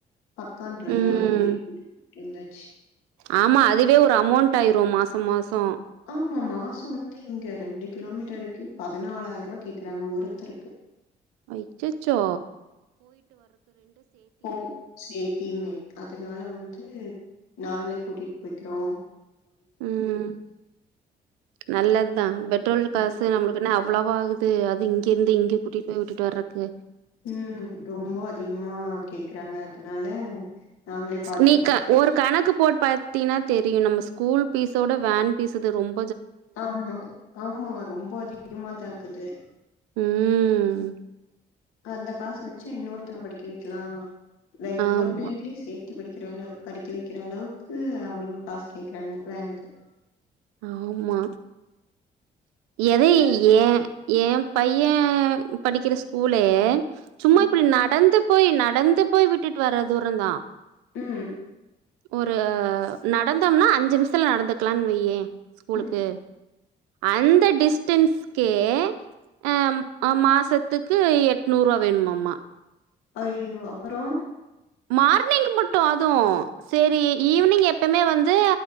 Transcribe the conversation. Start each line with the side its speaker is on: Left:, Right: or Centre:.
Left: பக்கன்றதுனால
Right: ம்
Left: கூட்டிட்டு <inaudible> வந்தாச்சி
Right: ஆமா அதுவே ஒரு அமௌண்ட் ஆயிரு மாச மாசோ
Left: ஆமா மாசோ வந்து இங்க ரெண்டு கிலோமீட்டருக்கே பதினாலாயிர ருவா கேக்குறாங்க ஒரு ஒருத்தருக்கு
Right: அய்ச்சச்சோ
Left: ஓ சேஃப்டிமே அதனால வந்து நாங்களே கூட்டிட்டு போய்கிறோ
Right: உம் நல்லதுதா பெட்ரோல் காசு
Left: ம்
Right: நம்மளுக்கு என்ன அவ்வளவா ஆகுது து அது இங்க இந்து இங்க கூட்டிட்டு போய் வுட்டுட்டு வர்றக்கு
Left: உம் ரொம்போ அதிகமா கேக்குறாங்க அதனால நாங்களே பாத்துக்குறோம்
Right: நீ க
Left: சொல்லி
Right: ஒரு கணக்கு போட் பாத்தீன்னா தெரியு நம்ம ஸ்கூல் பீஸோட வேன் பீஸு தா ரொம்
Left: ஆமா ஆமா ரொம்ப அதிகமாதா ஆகுது
Right: உம்
Left: அந்த காசு வச்சி இன்னொருத்தன படிக்க வைக்கலா இல இன்னொரு
Right: ஆமா
Left: பிள்ளைங்களையு சேத் கி படிக்கிறளவு படிக்க வெக்கிற அளவுக்கு அவிங்க காசு கேக்குறாங்க வேனுக்கு
Right: ஆமா எதைய
Left: அது
Right: ஏ ஏ பைய படிக்கிற ஸ்கூலே சும்மா
Left: ம்
Right: இப்டி நடந்து போய் நடந்து போய் விட்டுட்டு வர்ற தூரந்தா
Left: உம்
Right: ஒரு நடந்தோம்னா அஞ்சு நிமிஷத்துல நடந்துக்கலான்னு வய்யே ஸ்கூலுக்கு
Left: ம்
Right: அந்த டிஸ்டன்ஸ்கே அம் ஆ மாசத்துக்கு எட்நூறுவா வேணுமாமா
Left: ஐயோ அப்பறோ
Right: மார்னிங் மட்டு அதுவு சேரி ஈவினிங் எப்பமே வந்து